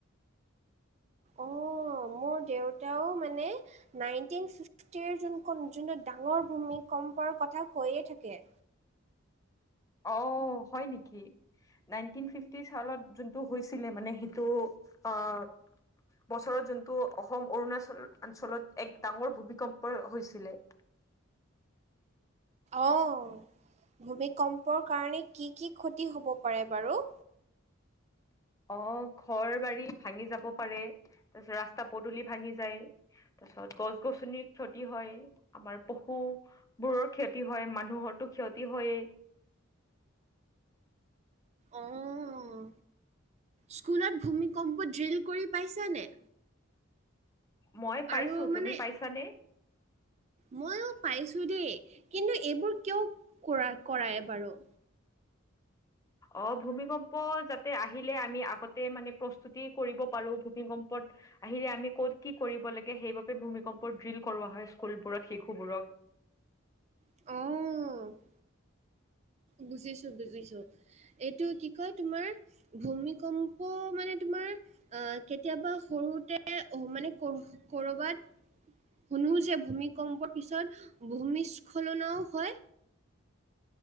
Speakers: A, on the left; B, on the right.
A: <inaudible>
B: অ' মোৰ দেউতাও, মানে- নাইনটিন ফিফটি ক যোনাখন যোনটো ডাঙৰ ভূমি কম্পৰ, কথা কৈয়ে থাকে!
A: অ' হয় নেকি! নাইনটিন ফিফটি চালত যোনটো হৈছিলে মানে সেইটো! অ' বছৰত যোনটো অসম অৰুণাচল, অঞ্চলত এক ডাঙৰ ভূমিকম্প হৈছিলে?
B: অ' ভূমিকম্পৰ কাৰণে কি কি ক্ষতি হ'ব পাৰে বাৰু?
A: অ'ঘৰ, বাৰী ভাঙি যাব পাৰে! তাৰপিছত ৰাস্তা, পদূলি ভাঙি যায়? তাৰ পিছত গছ -গছনিৰ, ক্ষতি হয়। আমাৰ পশু, বোৰৰ ক্ষতি। ক্ষতি হয়। মানুহৰটো ক্ষতি হয়েই।
B: অহ, স্কুলত ভূমিকম্প, ড্ৰিল কৰি পাইছানে।
A: মই পাইছো।
B: আৰু
A: তুমি
B: মানে
A: পাইছানে।
B: ময়ো পাইছো দেই। কিন্তু এইবোৰ কিয় কৰা কৰায় বাৰু।
A: অহ, ভূমিকম্প, যাতে আহিলে আমি আগতে মানে প্ৰস্তুতি কৰিব পাৰো। ভূমিকম্পত আহিলে আমি কত কি কৰিব লাগে সেইবাবে ভূমিকম্প ড্ৰিল কৰোৱা হয়। স্কুলবোৰত শিশুবোৰক।
B: অহ বুজিছো, বুজিছো এইটো কি কয় তোমাৰ। ভূমিকম্প মানে তোমাৰ। অহ, কেতিয়াবা সৰুতে মানে কৰবাত। শুনো যে ভূমিকম্পৰ, পিছত ভূমিস্খলনও, হয়।